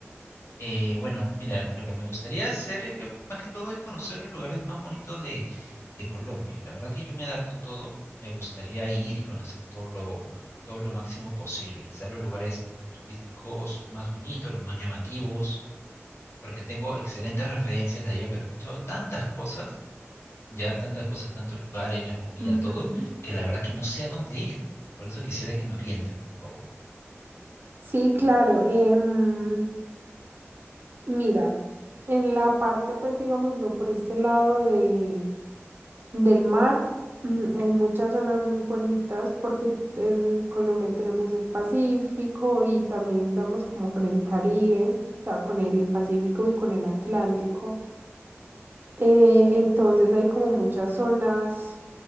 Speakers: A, on the left; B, on the right.
A: Eh, bueno, mira, lo que me gustaría hacer es que más que todo es conocer los lugares más bonitos de, de Colombia. La verdad que yo me adapto a todo, me gustaría ir y conocer todo lo, todo lo máximo posible. Quizás los lugares tu- turísticos más bonitos, los más llamativos, porque tengo excelentes referencias de allá, pero he escuchado tantas cosas, ya tantas cosas, tantos lugares, la comida,
B: Ujú.
A: todo, que la verdad que no sé a dónde ir. Por eso quisiera que me orientes, por favor.
B: Sí, claro. em, Mira, en la parte, pues digámoslo, por este lado de, del mar, mm, hay muchas zonas muy bonitas porque en Colombia tenemos el Pacífico y también damos como con el Caribe, o sea, con el Pacífico y con el Atlántico. Eh, entonces hay como muchas zonas